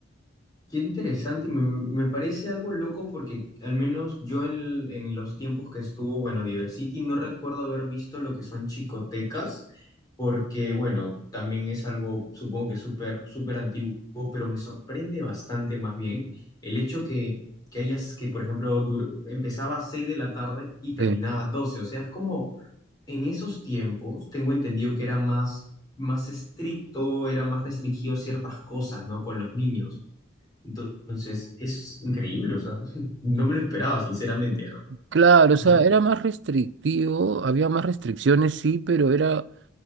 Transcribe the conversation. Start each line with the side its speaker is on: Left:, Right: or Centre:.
Left: qué interesante, y me, me parece algo loco porque al menos yo en, en los tiempos que estuvo, bueno, Diversity, no recuerdo haber visto lo que son chicotecas, porque bueno, también es algo, supongo que súper, súper antiguo, pero me sorprende bastante más bien el hecho que, que hayas, que por ejemplo, dur- empezaba a 6 de la tarde y terminaba
Right: Sí.
Left: a 12, o sea, es como en esos tiempos tengo entendido que era más, más estricto, era más restringido a ciertas cosas, ¿no? Con los niños. Entonces, es increíble, o sea, <laughs> no me lo esperaba, sinceramente, ¿no?
Right: Claro,
Left: Me
Right: o sea,
Left: sorprende.
Right: era más restrictivo, había más restricciones, sí, pero era